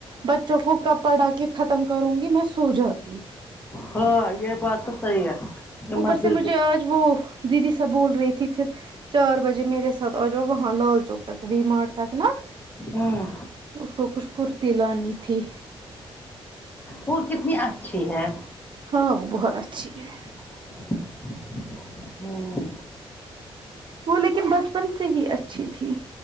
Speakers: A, on the right (about 50°); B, on the left (about 20°).
A: بچوں کو کب پڑا کے ختم کروں گی میں سو جاتی
B: ہاں یہ بات تو صحیح ہے ہمت
A: اوپر
B: بالکل
A: سے مجھے آج وہ دیدی سب بول رہی تھی پھر چار بجے میرے ساتھ آ جاؤ وہاں لال چوک تک وی مارٹ تک نا
B: ہوں
A: اس کو کچھ کرتی لانی تھی
B: وہ کتنی اچھی ہے
A: ہاں بہت اچھی ہے
B: ہوں
A: وہ لیکن بچپن سے ہی اچھی تھی